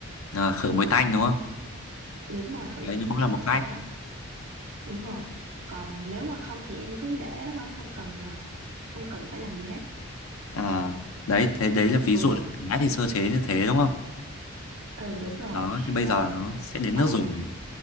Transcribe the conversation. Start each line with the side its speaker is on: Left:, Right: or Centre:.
Left: à, khử mùi tanh đúng không
Right: đúng rồi khử
Left: đấy
Right: cái
Left: nó
Right: mùi
Left: cũng là
Right: tanh
Left: một
Right: của
Left: cách
Right: cá đúng rồi còn nếu mà không thì em cứ để đó thôi không cần ờ, không cần phải làm gì hết
Left: à, đấy thế đấy là ví
Right: ừ
Left: dụ là cá thì sơ chế như thế đúng không
Right: ừ đúng rồi
Left: đó thì bây
Right: rồi
Left: giờ nó sẽ đến
Right: ờ,
Left: nước dùng này